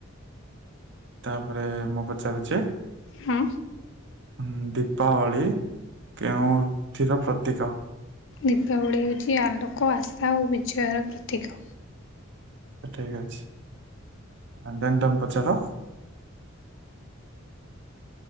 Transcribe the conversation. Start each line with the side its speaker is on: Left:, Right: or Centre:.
Right: ତାପରେ ମୁଁ ପଚାରୁଚି।
Left: ହଁ।
Right: ଆମ୍ ଦୀପାବଳି କେଉଁଥିର ପ୍ରତୀକ।
Left: ଦୀପାବଳି ହେଉଛି ଆଲୋକ ଆଶା ଓ ବିଜୟର ପ୍ରତୀକ।
Right: ଠିକ ଅଛି। ଅଁ ଦେନ୍ ତମ୍ ପଚାର।